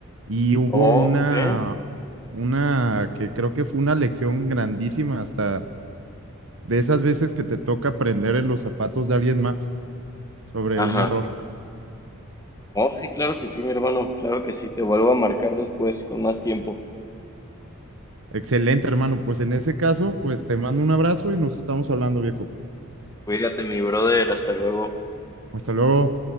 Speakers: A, on the right (about 65°); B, on the left (about 15°).
A: Y hubo
B: Oh,
A: una,
B: ok.
A: una que creo que fue una lección grandísima, hasta de esas veces que te toca aprender en los zapatos de alguien más sobre
B: Ajá.
A: un error.
B: Oh, sí, claro que sí, mi hermano. Claro que sí. Te vuelvo a marcar después con más tiempo.
A: Excelente, hermano. Pues en ese caso, pues te mando un abrazo y nos estamos hablando, viejo.
B: Cuídate, mi brother. Hasta luego.
A: Hasta luego.